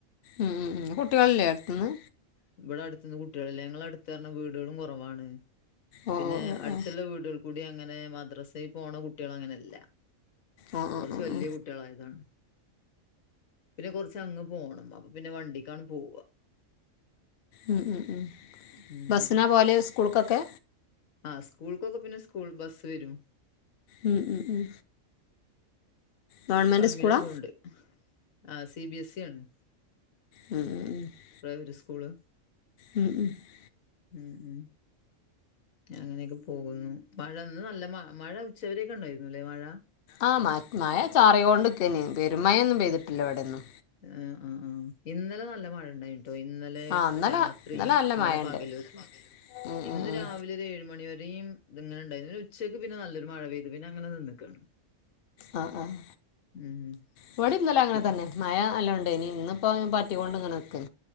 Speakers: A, on the left; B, on the left.
A: ഉം ഉം ഉം കുട്ടിയാൾ ഇല്ലെ അട്ത്ത്ന്ന്?
B: ഇ ബെടെ അട്ത്ത്ന്ന് കുട്ടിയാൾ ഇല്ല. ഞങ്ങളെ അട്ത്ത് പർണാ വീടാളും കൊറവാണ്.
A: ഓ ഓ
B: പിന്നെ അട്ത്ത്ള്ള
A: ഓ
B: വീട് ആൾ കൂടി അങ്ങനെ മദ്രാസെ പോണ കുട്ടിയാൾ അങ്ങനെ ഇല്ല
A: ഓ ഓ
B: കൊർച്ച്
A: ഓ ഓ
B: വെല്ല്യ കുട്ടിയാൾ ആയതാണ് പിന്നെ കൊർച്ച് അങ്ങ് പോണം. അപ്പ പിന്നെ വണ്ടിക്കാണ് പോവാ.
A: ഉം ഉം ഉം
B: ഉം
A: ബസ്സ്നാ പോവെൽ സ്കൂൾക്കൊക്കെ
B: ആഹ് സ്കൂൾക്കൊക്കെ പിന്നെ സ്കൂൾ ബസ്സ് വെരും.
A: ഉം ഉം ഉം ഗവൺമെൻറ്
B: അങ്ങനെ
A: സ്കൂളാ
B: പോവ്ണ്ട് ആഹ് സി ബി എസ് സി ആണ്
A: മ്മ്മ്മ് <unintelligible>
B: പ്രൈവറ്റ് സ്കൂൾ
A: ഉം ഉം.. <unintelligible>
B: ഉം ഉം.. <unintelligible> അങ്ങനെയൊക്കെ പോകുന്നു മഴഇന്ന് നല്ല മ മഴ ഉച്ചവരൊക്കെ ഉണ്ടായിരുന്നു അല്ലേ മഴ
A: ആഹ് മ മഴ ചാറി കൊണ്ടുക്കാനായിന് പെരുമായൊന്നും പെയ്തിട്ടില്ല ഇവിടെ ഇന്നു
B: എ ആഹ് ആഹ് ഇന്നലെ നല്ല മഴ ഇണ്ടായിന് <unintelligible> ഇന്നലെ
A: ആ ഇന്നലെ
B: രാത്രിയും
A: നല്ല
B: ഇന്നലെ
A: മഴണ്ട്
B: പകലും <unintelligible>
A: ഉം
B: ഇന്ന്
A: ഉം ഉം
B: രാവിലെ ഒരു ഏഴ് മണി വരെയുംഇത് ഇങ്ങനെണ്ടായി ഒരു ഇന്ന് രാവിലെ എഴുമണിവരെയും ഇത് അങ്ങനെ ഇണ്ടായിന് ഉച്ചയ്ക്ക് പിന്നെ നല്ലൊരു മഴ പെയ്തു പിന്നെ അങ്ങനെ നിന്ന് ക്കാണ്
A: ആഹ് ആഹ്
B: ഉം.
A: ഇവിടെയും ഇന്നലെ അങ്ങനെ
B: പിന്നെ
A: തന്നെ മഴ നല്ലോണം ഇണ്ടായിനി ഇന്ന്പ്പൊ പാറ്റികൊണ്ട് ഇങ്ങനെ നിക്ക്ണ്